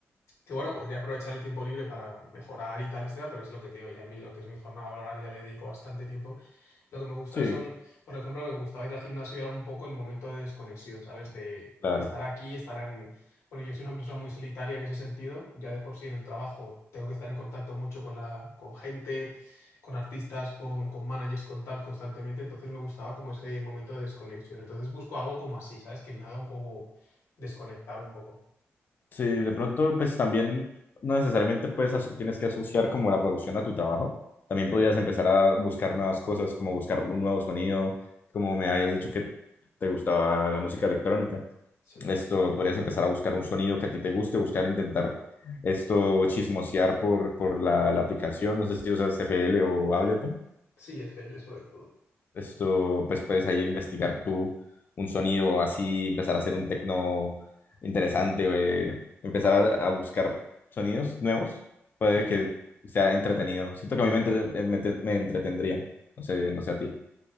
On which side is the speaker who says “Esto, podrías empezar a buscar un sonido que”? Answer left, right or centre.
Left